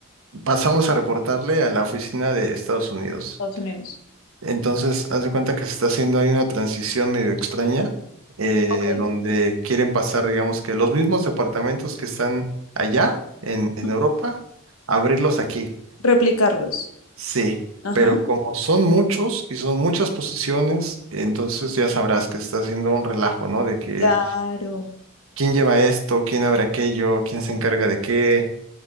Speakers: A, on the right; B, on the left.
A: pasamos a reportarle a la oficina de Estados Unidos.
B: Estados Unidos.
A: Entonces, haz de cuenta que se está haciendo ahí una transición medio extraña, eh,
B: Ok.
A: donde quieren pasar, digamos que los mismos departamentos que están allá en, en
B: ujú.
A: Europa, abrirlos aquí.
B: Replicarlos.
A: Sí,
B: Ajá,
A: pero como son muchos y son muchas posiciones, entonces ya sabrás que está haciendo un relajo, ¿no? De que
B: claro,
A: quién lleva esto, quién abre aquello, quién se encarga de qué.